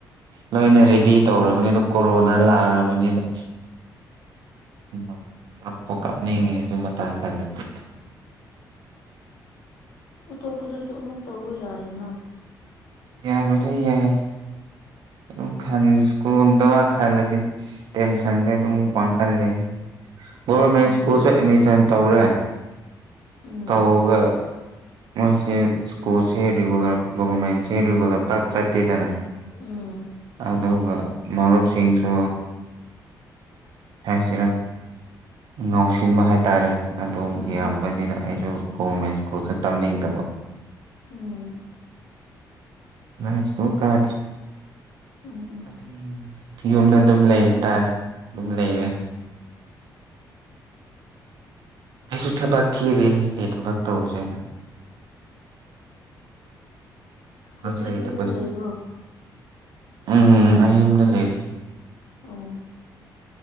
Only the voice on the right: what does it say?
ꯂꯣꯏꯅ ꯔꯦꯗꯤ ꯇꯧꯔꯕꯅꯤ ꯑꯗꯨ ꯀꯣꯔꯣꯅꯥ ꯂꯥꯛꯔꯕꯅꯤꯅ ꯎꯝ ꯄ
ꯀꯥꯞꯅꯤꯡꯉꯦ ꯃꯊꯥꯡ ꯈꯥꯏ ꯂꯩꯇ
ꯌꯥꯕꯗꯤ ꯌꯥꯏ ꯑꯗꯨꯝ ꯈꯟ ꯁꯀꯣꯟꯗꯕ ꯈꯜꯂꯗꯤ ꯇꯦꯟꯁꯟꯁꯦ ꯑꯗꯨꯝ ꯋꯥ ꯈꯜꯂꯦꯅꯦ ꯒꯣꯔꯚꯔꯃꯦꯟ
ꯁ꯭ꯀꯨꯜꯁꯨ ꯑꯦꯠꯃꯤꯁꯟ ꯇꯧꯔꯦ
ꯇꯧꯔꯒ ꯃꯣꯏꯁꯦ ꯁ꯭ꯀꯨꯜꯁꯦ ꯔꯤꯒꯨꯂꯔ ꯒꯣꯚꯔꯃꯦꯟꯁꯦ ꯔꯤꯒꯨꯂꯔ ꯄꯥꯛ ꯆꯠꯇꯦꯗꯅ
ꯑꯗꯨꯒ ꯃꯔꯨꯞꯁꯤꯡꯁꯨ ꯐꯦ ꯁꯤꯔꯥ ꯉꯥꯎꯁꯤꯟꯕ ꯍꯥꯏ ꯇꯔꯦ ꯑꯗꯨ
ꯌꯥꯝꯕꯅꯤꯅ ꯑꯩꯁꯨ ꯒꯣꯚꯔꯃꯦꯟ ꯁ꯭ꯀꯨꯜꯁꯦ ꯇꯝꯅꯤꯡꯗꯕ
ꯅꯥꯟꯁꯀꯣ ꯀꯗꯔꯤ
ꯑ ꯌꯨꯝꯗ ꯑꯗꯨꯝ ꯂꯩ ꯍꯥꯏꯇꯥꯔꯦ ꯑꯗꯨꯝ ꯂꯩꯔꯦ
ꯑꯩꯁꯨ ꯊꯕꯛ ꯊꯤꯔꯤꯅꯦ ꯀꯩ ꯊꯕꯛ ꯇꯧꯁꯦ ꯍꯥꯏꯅ ꯊꯛ
ꯂꯩꯇ
ꯎꯝ ꯑꯩ ꯌꯨꯝꯗ ꯂꯩꯔꯤ